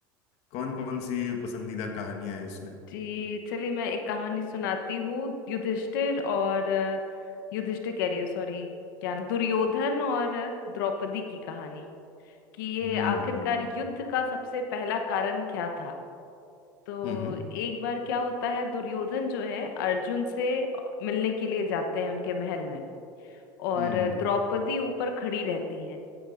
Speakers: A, on the left; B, on the left.
A: कौन कौन सी पसंदीदा कहानियां हैं इसमें
B: जी चलिए मैं एक कहानी सुनाती हूँ युधिष्ठिर और अ, युधिष्ठिर कह रही हूँ सॉरी क्या दुर्योधन और अ, द्रौपदी की कहानी कि ये
A: हम्म
B: आखिरकार
A: हम्म
B: युद्ध का सबसे पहला कारण क्या था तो
A: हम्म हम्म।
B: एक बार क्या होता है दुर्योधन जो है अर्जुन से मिलने के लिए जाते हैं उनके महल में और
A: हम्म
B: अ,
A: हम्म
B: द्रौपदी ऊपर खड़ी रहती हैं